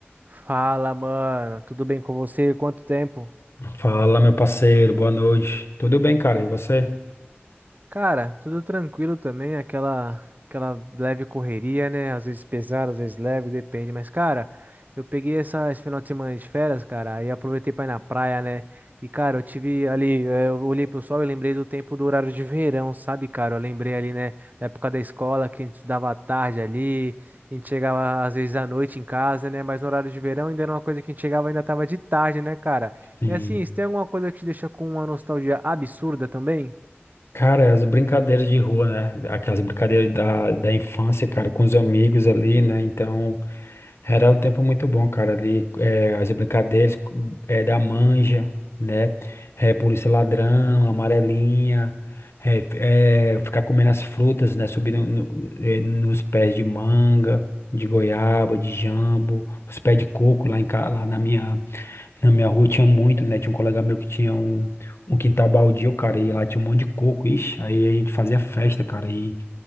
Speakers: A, on the right; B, on the left.
A: Fala, mano. Tudo bem com você? Quanto tempo?
B: Fala, meu parceiro, boa noite. Tudo bem, cara? E você?
A: Cara, tudo tranquilo também, aquela aquela leve correria, né? Às vezes pesada, às vezes leve, depende. Mas, cara, eu peguei essa, esse final de semana de férias, cara, e aproveitei pra ir na praia, né? E, cara, eu tive ali, eh, eu olhei pro sol e lembrei do tempo do horário de verão, sabe, cara? Eu lembrei ali, né, da época da escola, que a gente estudava à tarde ali, a gente chegava às vezes à noite em casa, né? Mas no horário de verão ainda era uma coisa que a gente chegava e ainda tava de tarde, né, cara?
B: Sim.
A: E assim, se tem alguma coisa que te deixa com uma nostalgia absurda também?
B: Cara, as brincadeiras de rua, né? Aquelas brincadeiras da, da infância, cara, com os amigos ali, né? Então, era um tempo muito bom, cara, ali, é, as brincadeiras é, da manja, né? É, polícia ladrão, amarelinha, é, é, ficar comendo as frutas, né? Subindo no- eh, nos pés de manga, de goiaba, de jambo, os pés de coco lá, em, ca- lá na minha Na minha rua tinha muito, né? Tinha um colega meu que tinha um, um quintal baldio, cara, e lá tinha um monte de coco, ixi, aí a gente fazia festa, cara, e,